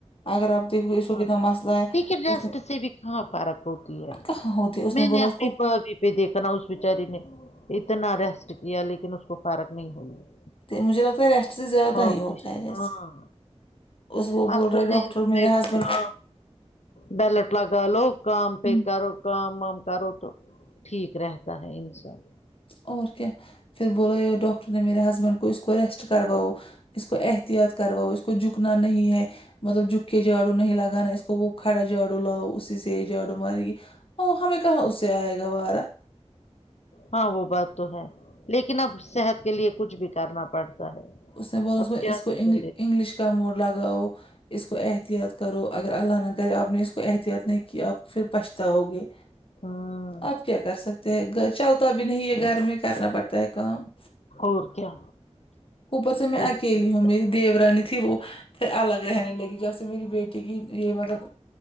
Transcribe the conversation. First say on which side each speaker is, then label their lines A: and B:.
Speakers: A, on the left; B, on the left.
A: اگر آبتے ہوئے اس کو کتنا
B: ہاں
A: مسئلہ ہے
B: دیکھیے ریسٹ
A: اس
B: سے بھی کہاں فرق ہوتی ہے
A: کہاں ہوتی
B: میں نے
A: بولا
B: اپنی
A: اس کو
B: پہ دیکھنا اس بچاری نے اتنا ریسٹ کیا لیکن اس کو فارک نہیں ہوئی
A: مجھے لگتا ہے ریسٹ سے زیادہ
B: آپریش-
A: ہی ہوتا ہے جیسے
B: ہاں
A: اس بول
B: اصل
A: رہے ڈاکٹر
B: ہے اس
A: میرے
B: میں
A: ہسبینڈ
B: ہاں بیلٹ لگا لو کام پے
A: ہوں
B: کرو کام وم کرو تو ٹھیک رہتا ہے انسان
A: اور کیا پھر بولا ی ڈاکٹر نے میرے ہسبینڈ کو اس کو ریسٹ کرواؤ اس کو احتیاط کرواؤ اس کو جھکنا نہیں ہے مطلب جھک کے جھاڑو نہیں لگانا اس کو اس کو وہ کھڑا جھاڑو لاؤ اسی سے جاڑو مارے گی او ہمیں کہاں اس سے آئے گا وارہ
B: ہاں وہ بات تو ہے لیکن اب صحت کے لیے کچھ بھی کرنا پڑتا ہے
A: اس نے ب اس
B: اب کیا
A: اس
B: ہی
A: کو
B: کرے
A: انگلش کا موڈ لگاؤ اس کو احتیاط کرو اگر اللہ نہہ کرے آپ نے اس کو احتیاط نہیں کیا آپ پھر پچھتاؤ گے
B: ہاں
A: اپ کیا کر سکتے ہیں گ چلتا بھی نہیں یہ گھر میں کرنا پڑتا ہے کام
B: اور کیا
A: اوپر سے میں
B: وہی
A: اکیلی
B: بات
A: ہوں
B: ہے۔
A: میری دیو رانی تھی وہ پھر الگ رہنے لگی جب سے میری بیٹی کی یہ مطلب